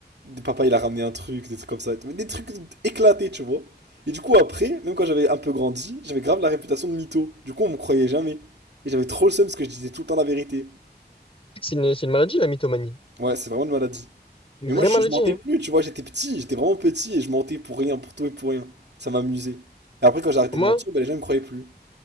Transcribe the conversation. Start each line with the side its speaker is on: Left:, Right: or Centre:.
Right: papa il a ramené un truc, des trucs comme ça. Mais des trucs éclatés, tu vois. Et du coup, après, même quand j'avais un peu grandi, j'avais grave la réputation de mytho. Du coup, on me croyait jamais. Et j'avais trop le seum parce que je disais tout le temps la vérité.
Left: C'est une, c'est une maladie, la mythomanie.
Right: Ouais, c'est vraiment une maladie.
Left: Une
Right: Mais
Left: vraie
Right: moi, je,
Left: maladie,
Right: je mentais
Left: hein.
Right: plus, tu vois, j'étais petit, j'étais vraiment petit et je mentais pour rien, pour tout et pour rien. Ça m'amusait. Et après, quand j'ai
Left: Parce
Right: arrêté
Left: que moi,
Right: de mentir, ben, les gens me croyaient plus.